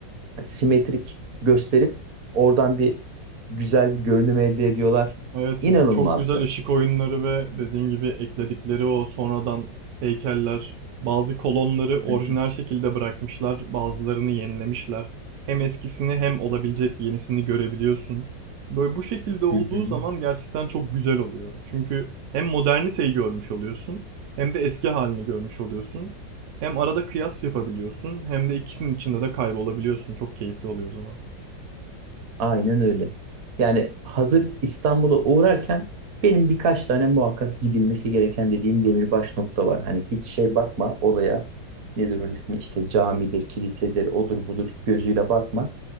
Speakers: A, on the right; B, on the right.
A: simetrik gösterip oradan bir güzel bir görünüm elde ediyorlar.
B: Evet
A: İnanılmazdı.
B: ya çok güzel ışık oyunları ve dediğim gibi ekledikleri o sonradan heykeller bazı kolonları orijinal
A: Hı hı,
B: şekilde bırakmışlar bazılarını yenilemişler. Hem eskisini hem olabilecek yenisini görebiliyorsun. Böyle bu şekilde olduğu
A: hı hı, hı hı.
B: zaman gerçekten çok güzel oluyor. Çünkü hem moderniteyi görmüş oluyorsun hem de eski halini görmüş oluyorsun. Hem arada kıyas yapabiliyorsun hem de ikisinin içinde de kaybolabiliyorsun. Çok keyifli oluyor o zaman.
A: Aynen öyle. Yani hazır İstanbul'a uğrarken benim birkaç tane muhakkak gidilmesi gereken dediğim demirbaş nokta var. Hani hiç şey bakma olaya nedir onun ismi işte camidir, kilisedir, odur budur gözüyle bakma.